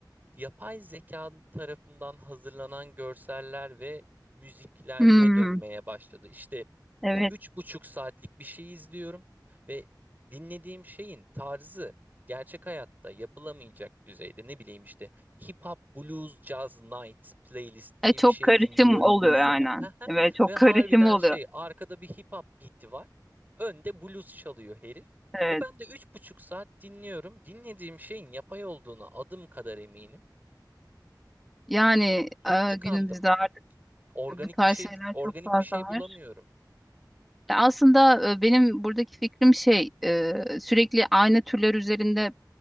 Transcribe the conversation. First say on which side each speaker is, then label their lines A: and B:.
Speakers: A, on the right; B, in the centre.
A: yapay zeka tarafından hazırlanan görseller ve müziklere
B: Hmm,
A: dönmeye başladı. İşte
B: evet.
A: üç buçuk saatlik bir şey izliyorum ve dinlediğim şeyin tarzı gerçek hayatta yapılamayacak düzeyde ne bileyim işte hip hop, blues, jazz night playlist diye
B: E, çok
A: bir şey
B: karışım
A: dinliyorum
B: oluyor
A: mesela.
B: aynen.
A: <laughs>
B: Evet, çok
A: Ve harbiden
B: karışım oluyor.
A: şey arkada bir hip hop beat'i var. Önde blues çalıyor herif.
B: Evet.
A: Ve ben de üç buçuk saat dinliyorum. Dinlediğim şeyin yapay olduğuna adım kadar eminim.
B: Yani
A: Çok
B: e,
A: tıkandım.
B: günümüzde artık
A: Organik
B: bu tarz
A: bir şey
B: şeyler
A: organik
B: çok fazla
A: bir şey
B: var.
A: bulamıyorum.
B: E, aslında e, benim buradaki fikrim şey, e, sürekli aynı türler üzerinde